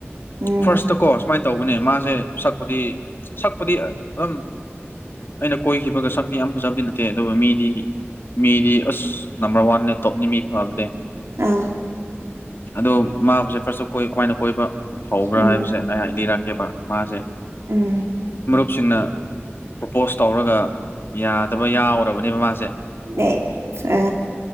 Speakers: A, on the right; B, on the left.
A: ꯎꯝ
B: ꯐꯥꯔꯁꯇꯀꯣ ꯁꯨꯃꯥꯏꯅ ꯇꯧꯕꯅꯦ ꯃꯥꯁꯦ ꯁꯛꯄꯗꯤ ꯁꯛꯄꯗꯤ ꯑꯗꯨꯝ ꯑꯩꯅ ꯀꯣꯏꯈꯤꯕ ꯑꯗꯨꯒ ꯁꯛꯇꯤ ꯌꯥꯝ ꯐꯖꯕꯗꯤ ꯅꯠꯇꯦ ꯑꯗꯨꯒ ꯃꯤꯗꯤ ꯃꯤꯗꯤ ꯑꯁ ꯅꯝꯕꯔ ꯋꯥꯟ ꯅꯦ ꯇꯣꯞꯅꯤ ꯃꯤ ꯐꯗꯦ
A: ꯑꯥ
B: ꯑꯗꯣ ꯃꯥꯕꯨꯁꯦ ꯐꯥꯔꯁꯇꯣꯏ ꯀꯏꯅ ꯀꯣꯏꯕ ꯍꯧꯕ꯭ꯔꯥ
A: ꯎꯝ
B: ꯍꯥꯏꯕꯁꯦ ꯑꯩ ꯂꯤꯔꯛꯀꯦꯕ ꯃꯥꯁꯦ
A: ꯎꯝ
B: ꯁꯤꯡꯅ ꯄ꯭ꯔꯣꯄꯣꯁ ꯇꯧꯔꯒ ꯌꯥꯗꯕ ꯌꯥꯎꯔꯕꯅꯤꯕ ꯃꯥꯁꯤ
A: ꯑꯦ ꯑ